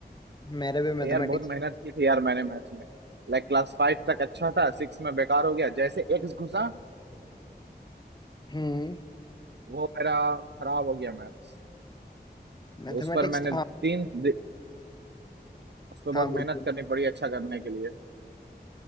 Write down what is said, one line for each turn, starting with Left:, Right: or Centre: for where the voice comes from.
Left: मेरे भी
Right: तो
Left: मैथमेटिक्स
Right: यार बहुत मेहनत की थी यार मैंने मैथ्स में लाइक क्लास फाइव तक अच्छा था सिक्स में बेकार हो गया जैसे एक्स घुसा
Left: हम्म
Right: वो मेरा खराब हो गया मैथ्स
Left: मैथमेटिक्स
Right: तो उस पर मैंने
Left: तो हाँ
Right: तीन दि- उस पर बहुत
Left: हाँ बिल्कुल
Right: मेहनत करनी पड़ी अच्छा करने के लिए